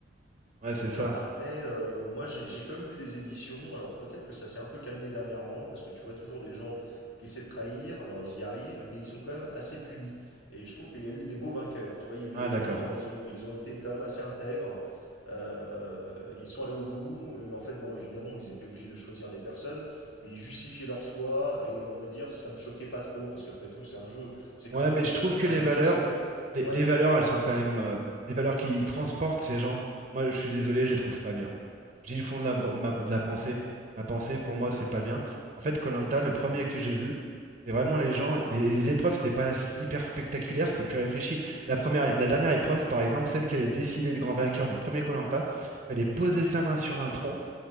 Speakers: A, on the right; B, on the left.
A: Ouais, c'est ça.
B: Alors après, euh, moi j'ai j'ai quand même vu des éditions, alors peut-être que ça s'est un peu calmé dernièrement, parce que tu vois toujours des gens qui essaient de trahir, alors ils y arrivent, mais ils sont quand même assez punis. Et je trouve qu'il y a eu des beaux vainqueurs, tu vois, il y a eu
A: Ah,
B: des
A: d'accord.
B: gens, ils ont, ils ont été quand même assez intègres, euh, ils sont allés au bout, et en fait, bon, évidemment, ils étaient obligés de choisir des personnes, mais ils justifiaient leur choix, et on va dire, ça me choquait pas trop, parce qu'après tout, c'est un jeu, c'est
A: Ouais,
B: comme quand
A: mais je
B: toi
A: trouve
B: tu
A: que
B: fais
A: les
B: un jeu
A: valeurs,
B: de société,
A: les,
B: ouais,
A: les valeurs, elles sont quand même euh, des valeurs qui transportent ces gens. Moi, je suis désolé,
B: mhm,
A: je les trouve pas bien. Je dis le fond de la, bo- de ma- de la pensée. Ma pensée, pour moi, c'est pas bien. En fait, koh le premier que j'ai vu, c'est vraiment les gens. Les, les épreuves, c'était pas s- hyper spectaculaire, c'était plus réfléchi. La première, la dernière épreuve, par exemple, celle qui allait décider le grand vainqueur du premier koh fallait poser
B: mhm,
A: sa main sur un tronc,